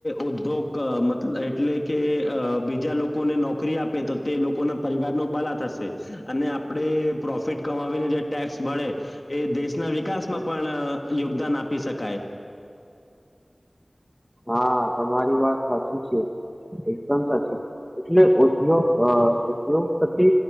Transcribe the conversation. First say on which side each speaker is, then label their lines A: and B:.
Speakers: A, on the left (about 40°); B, in the centre.
A: ઉદ્યોગ મત એટલે કે અ બીજા લોકોને નોકરી આપે તો તે લોકો ના પરિવાર નો ભલા થશે અને આપણે પ્રોફિટ કમાવીને જે ટેક્સ ભરે એ દેશના વિકાસમાં પણ યોગદાન આપી શકાય.
B: હા, તમારી વાત સાચી છે. એકદમ સાચી એટલે ઉદ્યોગ અ ઉદ્યોગપતિ